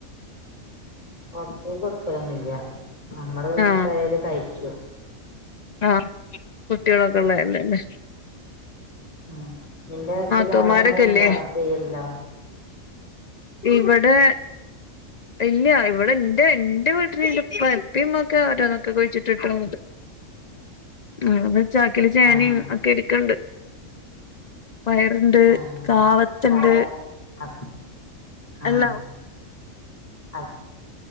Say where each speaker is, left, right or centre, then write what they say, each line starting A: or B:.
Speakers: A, on the left; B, on the left.
A: പൊർത്തേക്കൊടുക്കലൊന്നുല്ല നമ്മള്
B: ആഹ്
A: പെരെല് കയ്ക്കും
B: ആഹ് കുട്ടിയേളൊക്കെ ഇള്ളെല്ലെ ല്ലേ
A: ഉം നിന്റെ വീട്ടില്
B: നാത്തൂമാരൊക്കെല്ലേ
A: അവ്ടെ എന്തേണ്ടോ ചെയ്യല്ണ്ടോ
B: ഇവടെ ഇല്ല ഇവടെ ന്റെ ന്റെ വീട്ട്ല് ന്റെപ്പെ ഇപ്പമ്മൊക്കെ ഓരോന്നൊക്കെ കുഴിച്ചിട്ടിട്ടും <unintelligible> ഉം <unintelligible> ചാക്കില് ചേനേ
A: ആഹ്
B: ഒക്കെ ഇരിക്ക്ണ്ട് പയറ്ണ്ട്
A: ആഹ്
B: കാവത്ത്ണ്ട്
A: അവ്ടെ ഹസ്ബന്റ് ആഹ്
B: എല്ലാം
A: അസ്